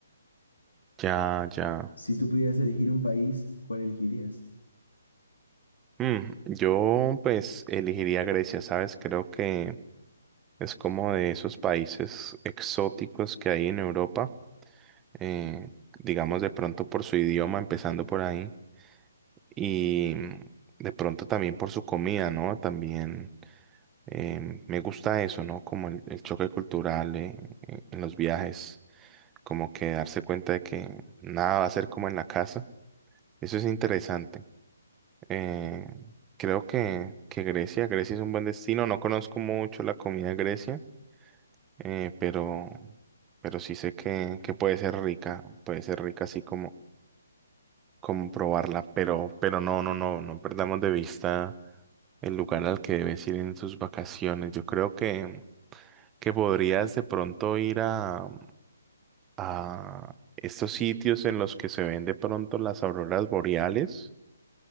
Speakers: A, on the right; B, on the left.
A: Ya, ya.
B: Si tú pudieras elegir un país, ¿cuál elegirías?
A: Mm, yo pues elegiría Grecia, ¿sabes? Creo que es como de esos países exóticos que hay en Europa, eh, digamos de pronto por su idioma, empezando por ahí, y mm, de pronto también por su comida, ¿no? También. Em, me gusta eso, ¿no? Como el, el choque cultural eh, en en los viajes, como que darse cuenta de que nada va a ser como en la casa. Eso es interesante. Eh, creo que, que Grecia, Grecia es un buen destino. No conozco mucho la comida de Grecia, eh, pero, pero sí sé que, que puede ser rica, puede ser rica así como, como probarla, pero, pero no, no, no, no perdamos de vista el lugar al que debes ir en tus vacaciones. Yo creo que que podrías de pronto ir a, a estos sitios en los que se ven de pronto las auroras boreales.